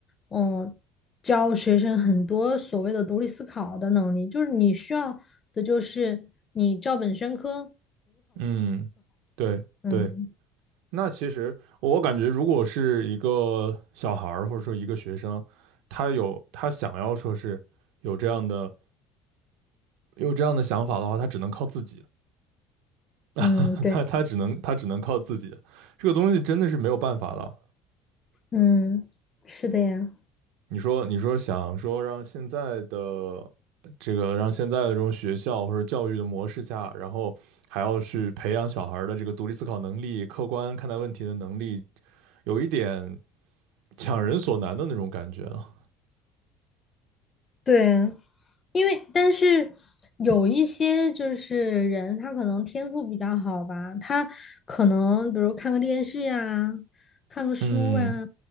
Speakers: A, on the left; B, on the right.
A: 嗯，教学生很多所谓的独立思考的能力，就是你需要的就是你照本宣科。
B: 嗯，对对。
A: 嗯
B: 那其实我感觉，如果是一个小孩儿或者说一个学生，他有他想要说是有这样的有这样的想法的话，他只能靠自己，
A: 嗯，
B: <laughs>
A: 对，
B: 他他只能他只能靠自己，这个东西真的是没有办法的。
A: 嗯，是的呀。
B: 你说，你说想说让现在的这个让现在的这种学校或者教育的模式下，然后还要去培养小孩儿的这个独立思考能力、客观看待问题的能力，有一点强人所难的那种感觉了。
A: 对，因为但是有一些就是人，他可能天赋比较好吧，他可能比如看个电视呀，看个书啊，
B: 嗯